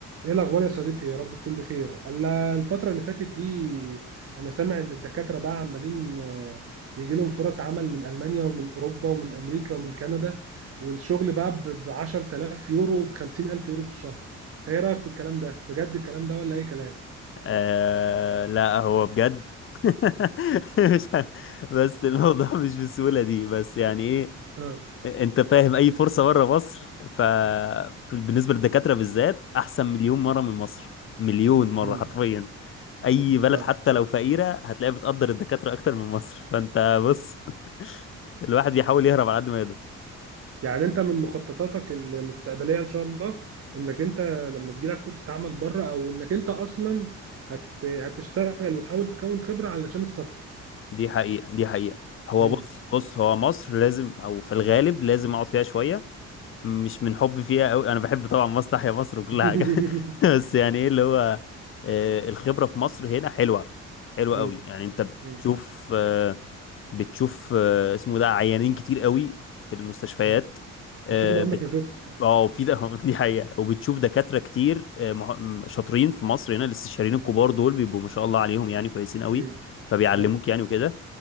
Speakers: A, on the right; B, on the left.
A: ايه الاخبار يا صديقي يا رب تكون بخير الا الفتره اللي فاتت دي انا سامع ان الدكاتره بقى عمالين آه، يجي لهم فرص عمل من المانيا ومن اوروبا ومن امريكا ومن كندا والشغل بقى ب 10000 يورو ب 50000 يورو في الشهر انت ايه رايك في الكلام ده بجد الكلام ده ولا اي كلام
B: آه لا هو بجد <laughs> مش ه- بس الموضوع مش بالسهولة دي بس يعني ايه
A: <laughs> اه
B: انت فاهم اي فرصة بره مصر ف بالنسبة للدكاترة بالذات احسن مليون مرة من مصر مليون مرة
A: مم.
B: حرفيا اي بلد
A: اه
B: حتى لو فقيرة هتلاقيها بتقدر الدكاترة اكتر من مصر فانت بص الواحد بيحاول يهرب على قد ما يقدر
A: يعني انت من مخططاتك المستقبليه ان شاء الله انك انت لما تجيلك فرصه عمل بره او انك انت اصلا هت... هتشتغل وتحاول تكون خبره علشان السفر
B: دي حقيقة دي حقيقة هو
A: مم.
B: بص بص هو مصر لازم او في الغالب لازم اقعد فيها شوية مش من حبي فيها قوي انا بحب طبعا مصر تحيا مصر وكل
A: <laughs>
B: حاجه <laughs> بس يعني ايه اللي هو آه، الخبره في مصر هنا حلوه حلوه
A: مم.
B: قوي يعني انت بتشوف
A: مم.
B: آه، بتشوف آه، اسمه ده عيانين كتير قوي في المستشفيات
A: مم.
B: اه
A: بتشوف اللي عمرك
B: بت-
A: ما شفته
B: آه، في ده <laughs> دي حقيقه وبتشوف دكاتره كتير آه، مح- م- شاطرين في مصر هنا الاستشاريين الكبار
A: مم.
B: دول بيبقوا ما شاء الله عليهم يعني كويسين قوي
A: مم.
B: فبيعلموك
A: اه.
B: يعني وكده